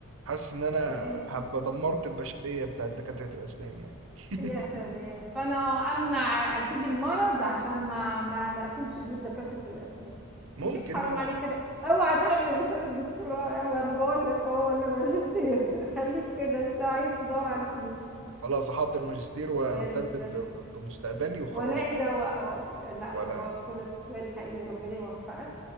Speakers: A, on the right (about 65°); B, in the centre.
A: حاسس ان انا
B: لان
A: هبقى دمرت البشريه بتاعت دكاتره الاسنان يعني <laughs>
B: يا سلام فانا اه امنع اسيب المرض عشان ما ما ما اقفلش بيوت دكاتره الاسنان
A: ممكن
B: يا شيخ حرام
A: يعني
B: عليك كده اوعى تعمل رساله دكتوراه اوعى انا بقول لك اهو ولا ماجستير <laughs> خليك كده انت عايز تدور على الفلوس
A: خلاص احضر ماجستير واهتم
B: وال...
A: ب- ب- بمستقبلي وخلاص
B: ولاقي دواء اه لا
A: ولا
B: هو في كل الاحوال حقيقي ربنا يوفقك